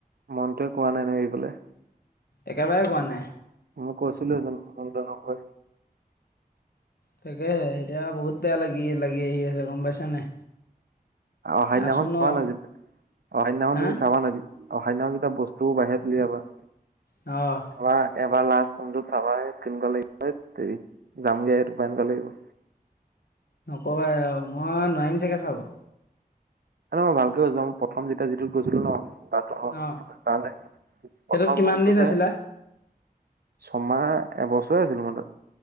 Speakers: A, on the right; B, on the left.
A: মনটোৱে কোৱা নাই নে এৰিবলে।
B: একেবাৰে কোৱা নাই।
A: মই কৈছিলো চুন <unintelligible> নকৈ।
B: তাকে হে এতিয়া বহুত বেয়া লাগি লাগি আহি আছে গম পাইছেনে নাই।
A: অ সেইদিনাখন
B: আছোঁ ন
A: <unintelligible> অহ সেইদিনাখন
B: হা
A: তুমি চাবা <unintelligible> অ সেইদিনাখন যেতিয়া বস্তু বাহিৰত ওলাবা
B: অহ।
A: তোমাৰ এবাৰ লাষ্ট ৰোমটোত চাবা কেনেকুৱা লাগিব হেইট তেৰি যামগে এইটোপা এনেকা লাগিব।
B: নক'বাই আৰু মই নোৱাৰিম চাগে চাব।
A: মানে মই ভালকে লৈ যাও মই প্ৰথম যেতিয়া যিটোত গৈছিলো ন। তাত অ
B: অঁ
A: তালে
B: সেইটোত
A: প্ৰথম
B: কিমান
A: ৰোমটোতে।
B: দিন আছিলা
A: ছমাহ এবছৰে আছিলো মই তাত।